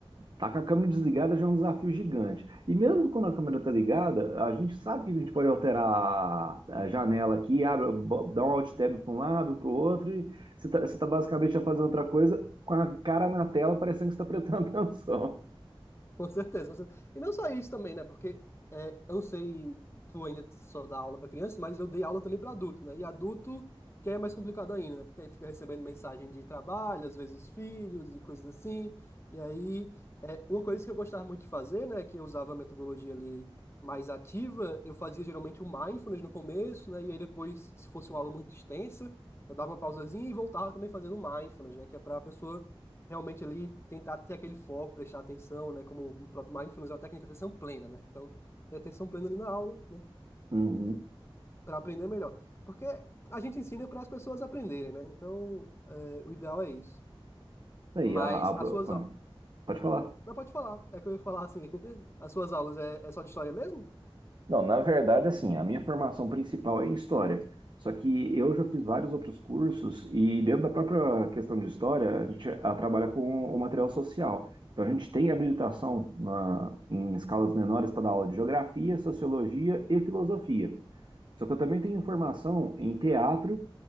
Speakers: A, on the right (about 50°); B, on the left (about 25°).
A: tá com a câmera desligada já é um desafio gigante. E mesmo quando a câmera tá ligada, a gente sabe que a gente pode alterar a, a janela aqui, abre, bo- dá um alt tab para um lado, para o outro, e você tá, você tá basicamente já fazendo outra coisa com a cara na tela, parecendo que você está prestando <laughs> atenção.
B: Com certeza, com certeza. E não só isso também, né? Porque é, eu não sei, tu ainda só dá aula para criança, mas eu dei aula também para adulto, né? E adulto que é mais complicado ainda, né? Porque aí fica recebendo mensagem de trabalho, às vezes os filhos e coisas assim. E aí, é, uma coisa que eu gostava muito de fazer, né? Que eu usava a metodologia ali mais ativa, eu fazia geralmente o mindfulness no começo, né? E aí depois, se fosse uma aula muito extensa, eu dava uma pausazinha e voltava também fazendo mindfulness, né? Que é para a pessoa realmente ali tentar ter aquele foco, prestar atenção, né? Como o próprio Mindfulness é uma técnica de atenção plena, né? Então, ter atenção plena ali na aula, né?
A: Uhum.
B: Para aprender melhor. Porque a gente ensina para as pessoas aprenderem, né? Então, é, o ideal é isso.
A: Aí,
B: Mas
A: a, a-
B: as suas
A: ah,
B: aulas.
A: pode falar.
B: Não, pode falar. É que eu ia falar assim. <laughs> As suas aulas é, é só de história mesmo?
A: Não, na verdade, assim, a minha formação principal é em história. Só que eu já fiz vários outros cursos e dentro da própria questão de história, a gente a, trabalha com o material social. Então a gente tem habilitação na- em escalas menores para dar aula de geografia, sociologia e filosofia. Só que eu também tenho formação em teatro